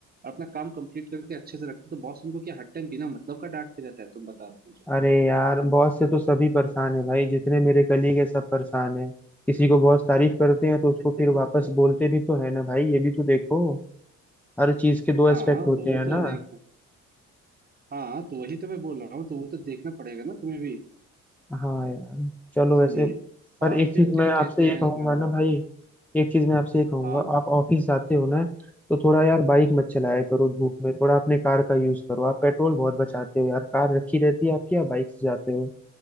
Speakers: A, on the right; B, in the centre.
A: और अपना काम कंप्लीट करके अच्छे से रखते हैं तो बॉस उनको क्या हर टाइम बिना मतलब का डांटते रहता है तुम बता दो मुझे
B: अरे यार बॉस से तो सभी परेशान है भाई जितने मेरे कलीग है सब परेशान है किसी को बॉस तारीफ करते हैं तो उसको
A: <laughs>
B: फिर वापस बोलते भी तो है ना भाई ये भी तो देखो हर चीज के दो
A: हाँ
B: एस्पेक्ट होते
A: तो वो
B: हैं
A: तो
B: ना
A: रहेगा हाँ तो वही तो मैं बोल रहा हूँ तो वो तो देखना पड़ेगा ना तुम्हें भी
B: हाँ यार चलो
A: इसीलिए
B: वैसे पर
A: और
B: एक
A: फिर
B: चीज
A: क्या
B: मैं
A: कहते
B: आपसे
A: हैं
B: ये कहूंगा ना
A: अ,
B: भाई एक चीज मैं आपसे ये कहूंगा
A: हाँ
B: आप ऑफिस जाते हो ना तो थोड़ा यार बाइक मत चलाया करो धूप में थोड़ा अपने कार का यूज करो आप पेट्रोल बहुत बचाते हो यार कार रखी रहती है आपकी या बाइक से जाते हो